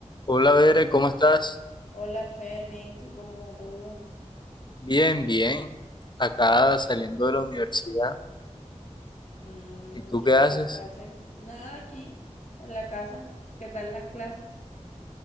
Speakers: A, on the left (about 40°); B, on the left (about 75°).
A: Hola, Bere, ¿cómo estás?
B: Hola Fer, bien, ¿y tú cómo va todo?
A: Bien, bien. Acá saliendo de la universidad.
B: Mm,
A: ¿Y tú
B: ¿qué
A: qué
B: tal
A: haces?
B: las clases? Nada aquí, en la casa. ¿Qué tal las clases?